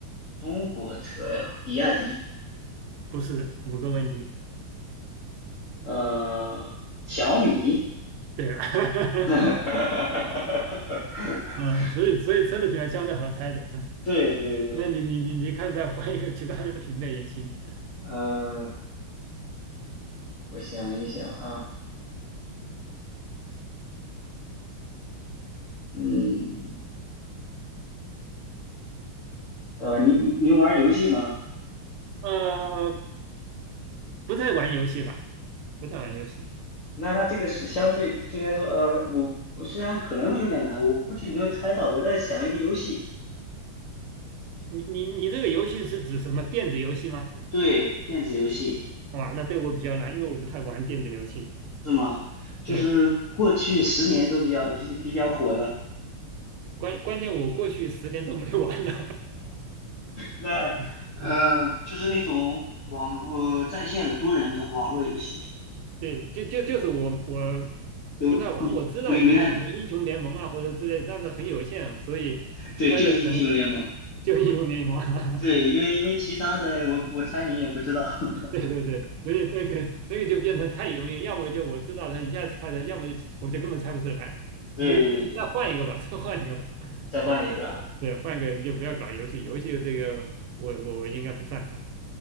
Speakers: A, on the left; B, on the right.
A: 中国车呀，比亚迪，
B: 不是五个问题，
A: 呃，小米。
B: 对了，<laughs>
A: <laughs>
B: 嗯，所以所以车的品牌相对好猜的。嗯，
A: 对对对，
B: 那你你你你看再换一个其他的品类也行，
A: 呃，我想一想啊，嗯，呃，你你你玩游戏吗？
B: 呃，不太玩游戏吧，不太玩游戏。
A: 那那这个是相对对你来说，呃，我我虽然可能会有点难，我估计你会猜到。我在想一个游戏，
B: 你你你这个游戏是指什么电子游戏吗？
A: 对，电子游戏
B: 哇，那对我比较难，因为我不太玩电子游戏。
A: 是吗？就是过去十年都比较比比较火的。
B: 对，关关键我过去十年都没玩了。
A: 那呃，
B: <laughs> 嗯，嗯
A: 就是那种网络在线的多人的网络游戏，
B: 对，就就就是我我
A: 有嗯没没太
B: 不太玩，我知道一点什么英雄联盟啊或者之类，但是很有限，所以猜的可能
A: 对，就是英雄联盟。
B: 就英雄联盟啊。
A: 对，
B: <laughs>
A: 因为因为其他的我我猜你也不知道。<laughs>
B: 对对对，所以那个那个就变成太容易，要么就我知道了一下猜的，要么就我就根本猜不出来。
A: 对对对，
B: 没，这再换一个吧，再换一个吧。<laughs>
A: 再换一个，
B: 嗯对，换一个你就不要搞游戏，游戏这个我我我应该不擅长。